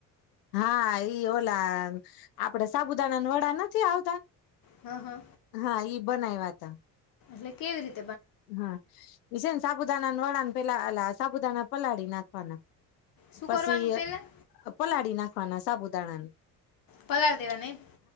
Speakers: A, on the left (about 80°); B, on the left (about 45°).
A: હા, ઈ ઓલા આપડે સાબુદાણાના વડા નથી આવતા.
B: હં હં
A: હા, ઈ બનાય વાત. તા.
B: તે કેવી રીત.
A: હા, એ છેને. સાબુદાના વદાને પેલા અલા સાબુદાના પલાળી નાખવાના.
B: શું
A: પછી
B: કરવાનું પહેલાં
A: પલાળી નાખ. <unintelligible> સાબુદાણા
B: પલાળ દેવાના એમ.